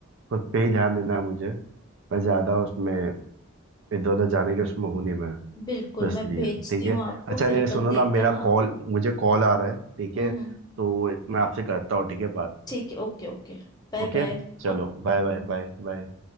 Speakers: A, on the right; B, on the left.
A: खुद पे ही ध्यान देना है मुझे मैं ज्यादा उसमें इधर उधर जाने के उसमें हूँ नहीं मैं
B: बिल्कुल
A: तो इसलिए
B: मैं भेजती
A: ठीक
B: हूँ
A: है
B: आपको
A: अच्छा
B: फिर
A: नहीं
B: अपन
A: सुनो
B: देखते
A: ना मेरा
B: हैं हाँ
A: कॉल मुझे कॉल आ रहा है ठीक
B: हम्म
A: है तो
B: हम्म
A: मैं आपसे करता हूँ ठीक है बात
B: ठीक है ओके ओके Bye
A: ओके
B: bye
A: चलो
B: हाँ
A: बाय बाय बाय बाय